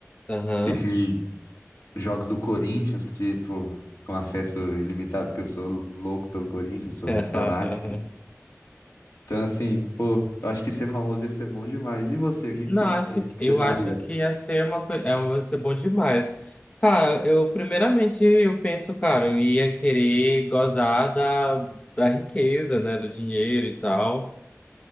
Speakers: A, on the left; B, on the left.
A: Aham.
B: Assistir jogos do Corinthians, porque, pô, com acesso ilimitado, porque eu sou louco pelo Corinthians, sou
A: <laughs>
B: fanático. Então, assim, pô, eu acho que ser famoso ia ser bom demais. E você, o que
A: Não,
B: que você,
A: acho, que-
B: que
A: eu
B: você faria?
A: acho que ia ser uma coisa, é, ia ser bom demais. Cara, eu primeiramente eu penso, cara, eu ia querer gozar da, da riqueza, né, do dinheiro e tal.